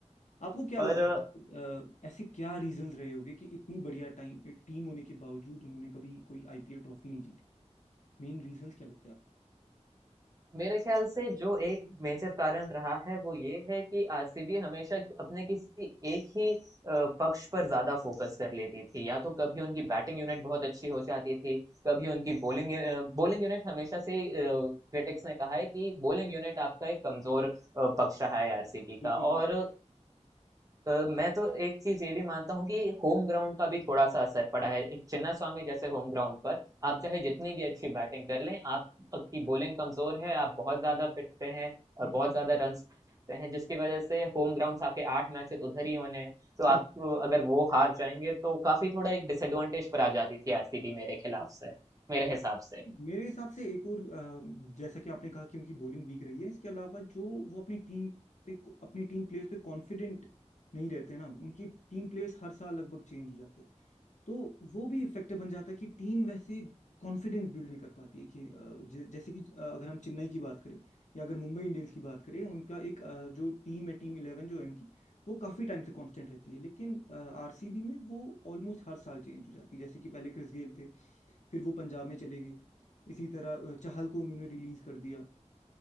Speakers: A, on the left; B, on the right.
A: आपको क्या
B: पर
A: लगता है अ, ऐसे क्या रीजंस रहे होंगे कि इतनी बढ़िया टाइम टीम होने के बावजूद उन्होंने कभी कोई आईपीएल ट्रॉफी नहीं जीती मेन रीजंस क्या लगते हैं आपको
B: मेरे ख्याल से जो एक मेजर कारण रहा है वो ये है कि आरसीबी हमेशा अपने किसी एक ही अ, पक्ष पर ज्यादा फोकस कर लेती थी या तो कभी उनकी बैटिंग यूनिट बहुत अच्छी हो जाती थी कभी उनकी बॉलिंग बॉलिंग यूनिट हमेशा से क्रिटिक्स ने कहा है कि बॉलिंग यूनिट आपका एक कमजोर अ, पक्ष रहा है आरसीबी
A: बिल्कुल
B: का
A: बिल्कुल
B: और अ, मैं तो एक चीज ये भी मानता हूँ कि होम ग्राउंड का भी थोड़ा सा असर पड़ा है चिन्ना स्वामी जैसे होम ग्राउंड पर आप
A: बिल्कुल
B: चाहे जितनी भी अच्छी बैटिंग कर लें आप की बॉलिंग कमजोर है आप बहुत ज्यादा पिटते हैं और
A: हम्म,
B: बहुत ज्यादा रन खा जाते हैं जिसकी वजह से होम ग्राउंड आपके आठ मैचेस उधर ही होने हैं तो
A: हम्म,
B: आप तो अगर वो हार जाएंगे तो काफी थोड़ा एक डिसएडवांटेज पर आ जाती थी आरसीबी मेरे खिलाफ
A: <laughs>
B: से मेरे हिसाब से
A: मेरे हिसाब से एक और अ, जैसा कि आपने कहा कि उनकी बॉलिंग वीक रही है इसके अलावा जो वो अपनी टीम पे अपनी टीम प्लेयर्स पे कॉन्फिडेंट नहीं रहते ना उनकी टीम प्लेयर्स हर साल लगभग चेंज हो जाते हैं तो वो भी फैक्टर बन जाता है कि टीम वैसे कॉन्फिडेंस बिल्ड नहीं कर पाती है कि अ, ज- जैसे कि अ, अगर हम चेन्नई की बात करें या अगर मुंबई इंडियंस की बात करें उनका एक अ, जो टीम है टीम इलेवन जो है उनकी वो काफ़ी टाइम से कांस्टेंट रहती है लेकिन आरसीबी में वो ऑलमोस्ट हर साल चेंज हो जाती है जैसे कि पहले क्रिस गेल थे फिर वो पंजाब में चले गए इसी तरह अ, चहल को उन्होंने रिलीज कर दिया